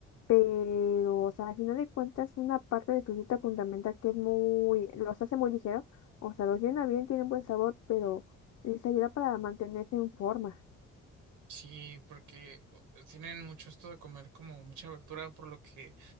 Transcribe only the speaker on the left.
pero, o sea, al final de cuentas, una parte de su dieta fundamental que es muy, los hace muy ligero, o sea, los llena bien, tienen buen sabor, pero les ayuda para mantenerse en forma.